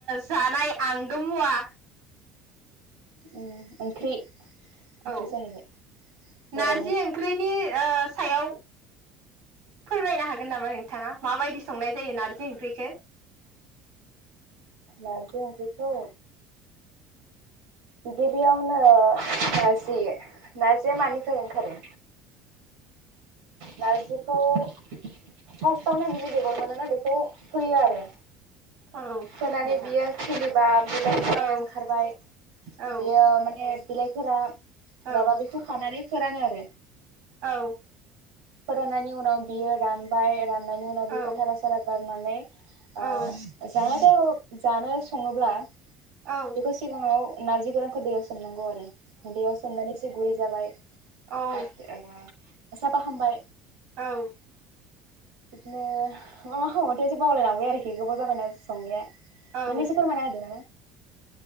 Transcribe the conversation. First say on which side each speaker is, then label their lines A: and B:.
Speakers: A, on the right; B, on the right.
A: जानाय आंगो मुवा।
B: ओम ओंख्रि ओंख्रि
A: औ
B: जाहैबाय बर'नि
A: नारजि ओंख्रिनि ओ सायाव फोरमायनो हागोन नामा नोंथाङा माबायदि संनाय जायो नारजि ओंख्रिखौ?
B: नारजि ओंख्रिखौ? गिबियावनो ओ नारजि नारजिया मानिफ्राय ओंखारो? नारजिखौ फार्स्टआव नो बिदि बेगर मोनोना बेखौ फोयो आरो
A: औ
B: फोनानै
A: नोंथां
B: बियो खिलिबा लिबाइ बुलाय
A: औ
B: ओंखारबाय
A: औ
B: बेयो माने बिलाइफोरा
A: औ
B: राबा बिखौ खानानानै फोरानो आरो
A: औ ।
B: फोराननायनि उनाव बियो रानबाय राननायनि उनाव बेखौ
A: औ
B: थारा सारा गार माने आ
A: औ
B: <unintelligible> थ जानो सङोब्ला
A: औ
B: बेखौ सिगाङाव नारजि गोरानखौ दैयाव सोमनांगौ आर रो दैयाव सोमनानै इसे गुरै जाबाय
A: औ
B: बाद ओ साफा खामबाय
A: औ
B: इदिनो मा मा खामो मोनथाय इसे बावलायलांबाय आरोखि गोबाव जाबायना संलिया नोंनो
A: औ औ
B: इसे फोरमायना होदो नामा?